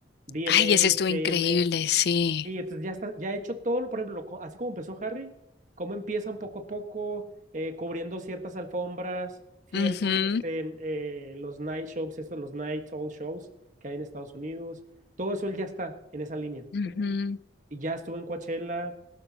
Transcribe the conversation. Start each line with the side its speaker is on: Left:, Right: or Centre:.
Right: VMAs,
Left: Ay, ese estuvo increíble, sí.
Right: Sí, entonces ya está, ya he hecho todo, lo- por ejemplo, co- así como empezó Harry, cómo empiezan poco a poco, eh, cubriendo ciertas alfombras, ciertos,
Left: Ujú,
Right: este, eh, los night shows, esos, los night all shows que hay en Estados Unidos, todo eso él ya está en esa línea.
Left: ujú,
Right: Y ya estuvo en Coachella,